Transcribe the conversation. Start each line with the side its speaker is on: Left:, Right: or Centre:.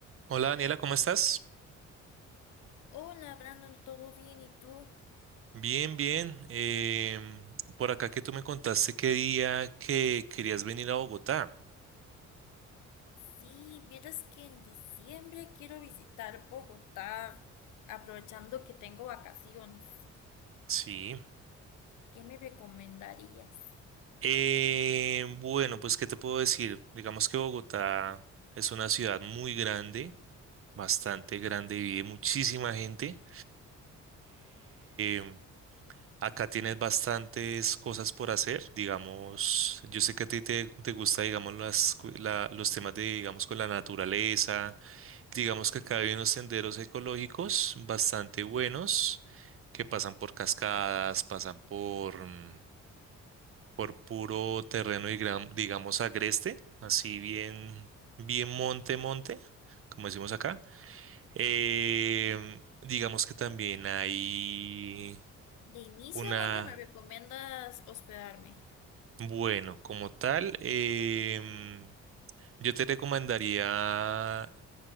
Right: Hola Daniela, ¿cómo estás?
Left: Hola Brandon, ¿todo bien? ¿Y tú?
Right: Bien, bien. Em, por acá que tú me contaste qué día que querías venir a Bogotá.
Left: Sí, vieras que en diciembre quiero visitar Bogotá, aprovechando que tengo vacaciones.
Right: Sí.
Left: ¿Qué me recomendarías?
Right: Em, bueno, pues ¿qué te puedo decir? Digamos que Bogotá es una ciudad muy grande, bastante grande, vive muchísima gente. Em, acá tienes bastantes cosas por hacer. Digamos, yo sé que a ti te, te gusta, digamos, las, cu- la- los temas de, digamos, con la naturaleza Digamos que acá hay unos senderos ecológicos bastante buenos que pasan por cascadas, pasan por, mm, por puro terreno y gran- digamos agreste, así bien, bien monte, monte, como decimos acá. Em, digamos que también hay
Left: De inicio,
Right: una,
Left: ¿dónde me recomiendas hospedarme?
Right: bueno, como tal, eh, Yo te recomendaría